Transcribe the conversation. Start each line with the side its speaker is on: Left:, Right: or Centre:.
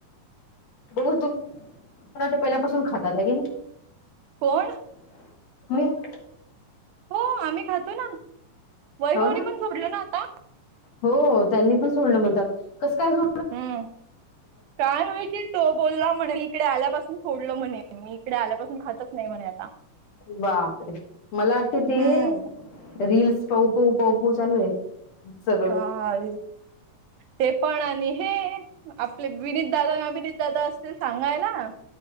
Left: बघ तु <unintelligible> पहिल्यापासून खातात आहे की ना
Right: कोण?
Left: <unintelligible>
Right: हो आम्ही खातो ना वैभव
Left: हो
Right: नी
Left: ना
Right: पण सोडल ना आता
Left: हो त्यांनी पण सोडल म्हणतात कस काय सो
Right: हम्म काय माहिती? तो बोलला म्हणे इकडे आल्यापासून सोडल म्हणे मी इकडे आल्यापासून खातातच नाही म्हणे आता
Left: बापरे मला वाटते ते
Right: हम्म
Left: रील्स पाहू पाहू पाहू पाहू चालू आहे. चल
Right: हा. ते पण आणि हे आपले विनीतदादा अविनीतदादा असतील सांगायला.